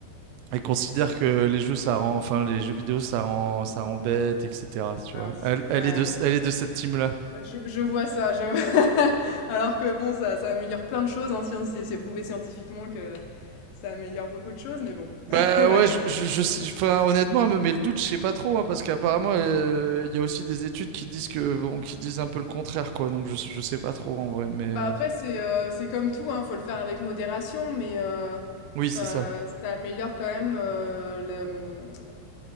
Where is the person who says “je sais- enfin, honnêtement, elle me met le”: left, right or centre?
Right